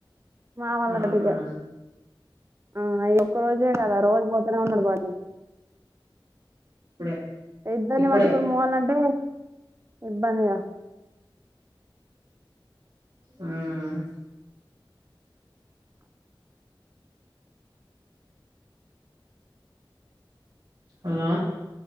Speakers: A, on the right; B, on the right.
A: మా వాళ్ళటటిగా
B: అవునా
A: ఆ అవి ఒక్క రోజే కదా రోజు పోతనే ఉన్నడు బడికి
B: ఇప్పుడే
A: ఇద్దరిని
B: ఇప్పుడే
A: బట్టుకని పోవాలంటే ఇబ్బందిగా
B: ఉమ్ హలో